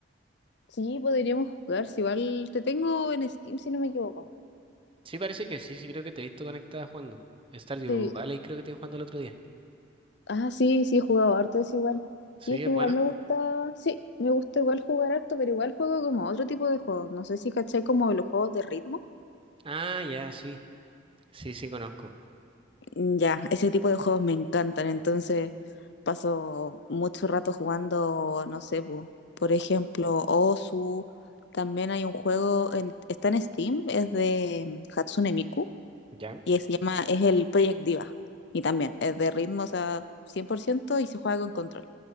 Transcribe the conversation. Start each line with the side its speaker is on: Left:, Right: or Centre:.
Left: Sí, podríamos jugar, si igual te tengo en Steam, si no me equivoco.
Right: Sí, parece que sí, sí creo que te he visto conectada jugando. Stardew
Left: Sí.
Right: Valley creo que te vi jugando el otro día.
Left: Ah, sí, sí, he jugado harto, es igual.
Right: Sí,
Left: Sí, es que
Right: es bueno.
Left: igual me gusta, sí, me gusta igual jugar harto, pero igual juego como otro tipo de juegos. No sé si caché como los juegos de ritmo.
Right: Ah, ya, sí. Sí, sí, conozco.
Left: Mm, Ya, ese tipo de juegos me encantan, entonces paso mucho rato jugando, no sé, po, por ejemplo, Osu. También hay un juego, en- está en Steam, es de mm, Hatsune Miku
Right: ¿Ya?
Left: y se llama, es el Project Diva. Y también es de ritmos a 100% y se juega con control.